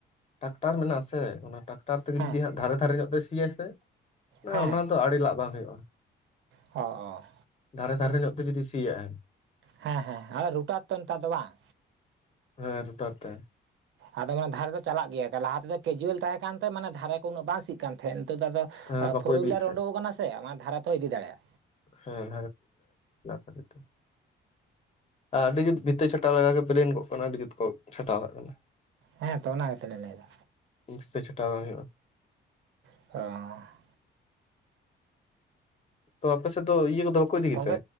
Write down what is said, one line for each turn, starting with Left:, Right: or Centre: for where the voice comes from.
Left: ᱴᱨᱟᱠᱴᱟᱨ ᱢᱮᱱᱟᱜ ᱟᱥᱮ ᱚᱱᱟ ᱴᱠᱴᱟᱨ ᱴᱟᱠᱴᱟᱨ ᱛᱮᱜᱮ
Right: ᱦᱮᱸ
Left: ᱡᱩᱫᱤ ᱫᱷᱟᱨᱮ ᱫᱷᱟᱨᱮ ᱧᱚᱜ ᱛᱮ ᱥᱤᱭᱟᱭ ᱥᱮ
Right: ᱦᱮᱸ
Left: ᱚᱱᱟ ᱫᱚ ᱟᱲᱮ ᱞᱟᱜ ᱵᱟᱝ ᱦᱩᱭᱩᱜᱼᱟ᱾
Right: ᱦᱚ ᱚᱸᱻ
Left: ᱫᱷᱟᱨᱮ ᱫᱷᱟᱨᱮ ᱧᱚᱜ ᱛᱮ ᱡᱩᱫᱤ ᱥᱤᱭᱟᱜᱼᱟᱭ᱾
Right: ᱦᱮᱸ ᱦᱮᱸ, ᱟᱨ ᱨᱩᱴᱟᱨ ᱛᱚ ᱱᱮᱛᱟᱨ ᱫᱚ ᱵᱟᱝ?
Left: ᱦᱮᱸ ᱨᱩᱴᱟᱨ ᱛᱮ᱾
Right: ᱟᱫᱚ ᱢᱟᱱᱮ ᱫᱷᱟᱨᱮ ᱫᱚ ᱪᱟᱞᱟᱜ ᱜᱮᱭᱟ ᱞᱟᱦᱟᱮᱫᱚ ᱠᱮᱡᱩᱭᱮᱞ ᱛᱟᱦᱮᱸ ᱠᱟᱱᱛᱮ ᱢᱟᱱᱮ ᱫᱷᱟᱨᱮ ᱩᱱᱟᱹᱜ ᱵᱟᱝ ᱥᱜ ᱠᱟᱱ ᱛᱟᱦᱮᱸᱫ ᱱᱤᱛᱚᱜ ᱫᱚ ᱟᱫᱚ
Left: ᱦᱮᱸ ᱵᱟᱠᱚ
Right: ᱯᱷᱳᱨ
Left: ᱤᱫᱤᱭᱮᱫ
Right: ᱦᱩᱭᱞᱟᱨ
Left: ᱛᱟᱦᱮᱸᱫ
Right: ᱩᱰᱩᱜ ᱟᱠᱟᱱᱟ ᱥᱮ ᱚᱱᱟ ᱫᱷᱟᱨᱟ ᱛᱮ ᱦᱚᱸ ᱤᱫᱤ ᱫᱟᱲᱮᱭᱟᱜᱼᱟ
Left: ᱦᱮᱸ <unintelligible> ᱟᱨ ᱟᱹᱰᱤ ᱡᱩᱛ ᱵᱷᱤᱛᱟᱹ ᱪᱷᱟᱴᱟᱣ ᱞᱮᱱᱟ ᱜᱮ ᱯᱮᱞᱮᱱ ᱠᱚᱜ ᱠᱟᱱᱟ ᱟᱹᱰᱤ ᱡᱩᱛ ᱠᱚ ᱪᱷᱟᱴᱟᱣᱟᱜ ᱠᱟᱱᱟ
Right: ᱦᱮᱸ ᱛᱚ ᱚᱱᱟ ᱠᱟᱛᱮ ᱞᱮᱧ ᱞᱟᱹᱭᱮᱫᱟ
Left: ᱵᱮᱥᱤ ᱪᱷᱟᱴᱟᱣ ᱵᱟᱝ ᱦᱩᱭᱩᱜᱼᱟ
Right: <unintelligible>
Left: ᱛᱚ ᱟᱯᱮ ᱥᱮᱫ ᱫᱚ ᱤᱭᱟᱹ ᱠᱚᱫᱚ ᱵᱟᱠᱚ ᱤᱫᱤ
Right: ᱜᱚᱢᱠᱮ
Left: ᱜᱮᱛᱮ